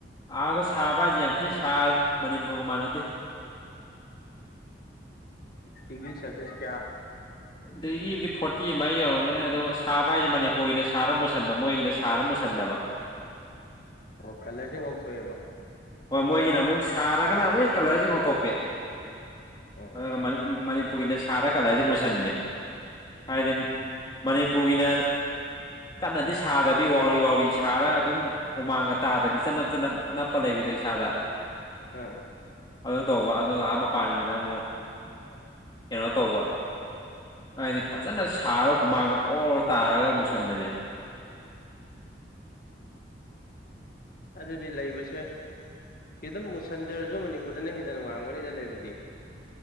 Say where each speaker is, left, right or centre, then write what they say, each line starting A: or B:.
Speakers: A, on the left (about 25°); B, on the left (about 50°).
A: ꯑꯥꯗ ꯁꯥꯕ ꯍꯥꯏꯁꯦ ꯌꯥꯝꯊꯤ ꯁꯥꯔꯦ ꯃꯅꯤꯄꯨꯔꯒ ꯃꯥꯟꯅꯗꯦ
B: ꯇꯤꯚꯔꯤ ꯁꯦꯜꯁꯁ ꯀꯌꯥ
A: ꯑꯗꯨꯗꯒꯤꯗꯤ ꯐꯣꯔꯇꯤ ꯑꯃ ꯌꯧꯔꯝꯒꯅꯤ ꯑꯗꯣ ꯁꯥꯕ ꯍꯥꯏꯁꯦ ꯃꯅꯤꯄꯨꯔꯒꯤꯅ ꯁꯥꯔ ꯃꯨꯁꯟꯕ ꯃꯣꯏꯒꯤꯅ ꯁꯥꯔ ꯃꯨꯁꯟ ꯁꯟꯗꯕ
B: ꯑꯣ ꯀꯂꯔꯁꯦ ꯉꯧꯊꯣꯛꯑꯦꯕ
A: ꯍꯣꯏ ꯃꯣꯏꯒꯤꯅ ꯑꯃꯨꯛ ꯁꯥꯔꯒꯅ ꯃꯣꯏ ꯀꯂꯔꯁꯤ ꯉꯧꯊꯣꯛꯄꯤ
B: ꯑꯣ
A: ꯑꯗꯨꯒ ꯃꯅꯤꯄꯨꯔꯒꯤꯅꯥ ꯁꯔꯥ ꯀꯂꯥꯔꯁꯦ ꯃꯨ ꯁꯟ ꯍꯥꯏꯗꯤ ꯃꯅꯤꯄꯨꯔꯒꯤꯅ ꯀꯟꯅꯗꯤ ꯁꯥꯗꯕꯤ ꯋꯥꯎꯔꯤ ꯋꯥꯎꯔꯤ ꯁꯥꯔꯒ ꯑꯗꯨꯝ ꯍꯨꯃꯥꯡꯒ ꯇꯥꯗꯕꯤ ꯆꯠꯅꯞ ꯆꯅꯞ ꯅꯞꯄ ꯂꯩꯕꯤꯗꯣ ꯏꯁꯥꯗ
B: ꯎꯝ
A: ꯑꯗꯨ ꯇꯧꯕ ꯑꯗꯨ ꯑꯥ ꯃꯄꯥꯟꯁꯤꯅ ꯑꯃꯨꯛ ꯀꯩꯅꯣ ꯇꯧꯕ ꯍꯥꯏꯗꯤ ꯐꯖꯅ ꯁꯥꯔ ꯍꯨꯃꯥꯡꯒ ꯑꯣꯔ ꯑꯣꯔ ꯇꯥꯔꯒ ꯃꯨꯁꯟꯗꯕꯤ
B: ꯑꯗꯨꯗꯤ ꯂꯩꯕꯁꯦ ꯈꯤꯇꯪ ꯃꯨꯁꯟꯖꯔꯁꯨ ꯃꯅꯤꯄꯨꯔꯗꯅ ꯍꯦꯟꯅ ꯅꯨꯡꯉꯡꯒꯅꯤꯗ ꯂꯩꯕꯗꯤ